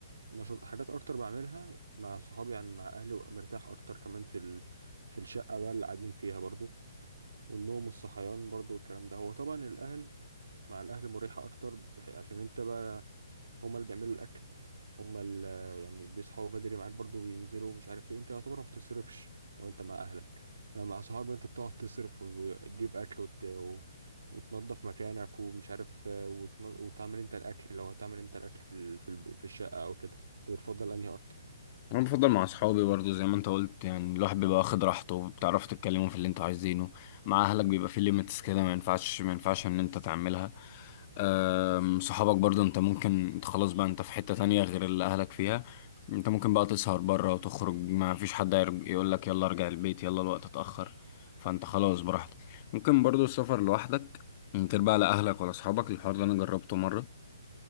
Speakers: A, on the right (about 70°); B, on the left (about 35°).
A: نشاط حاجات أكتر بعملها مع صحابي يعني مع أهلي وأبقى مرتاح أكتر كمان في ال... في الشقة بقى اللي قاعدين فيها برضو والنوم والصحيان برضو والكلام ده هو طبعا الأهل مع الأهل مريحة أكتر بح- عشان أنت بقى هما اللي بيعملوا الاكل هما اللي يعني بيصحوا بدري معاك برضو بينزلوا مش عارف ايه انت يعتبر ما بتصرفش لو انت مع اهلك لو مع صحابك انت بتقعد تصرف وتجيب اكل وت... و... وتنظف مكانك ومش عارف آه، وتن... وتعمل انت الاكل لو هتعمل انت الاكل في ال... في, الب... في الشقه او كده انت بتفضل انهي اكتر
B: انا بفضل مع اصحابي برضو زي ما انت قلت يعني الواحد بيبقى واخد راحته بتعرفوا تتكلموا في اللي انتوا عايزينه مع اهلك بيبقى في ليميتس كده ما ينفعش ما ينفعش ان انت تعملها أم، صحابك برضو انت ممكن انت خلاص بقى انت في حتة تانية غير اللي اهلك فيها انت ممكن بقى تسهر بره وتخرج ما فيش حد يقول لك يلا ارجع البيت يلا الوقت اتأخر فانت خلاص براحتك ممكن برضو السفر لوحدك من غير بقى لا اهلك ولا اصحابك الحوار ده انا جربته مرة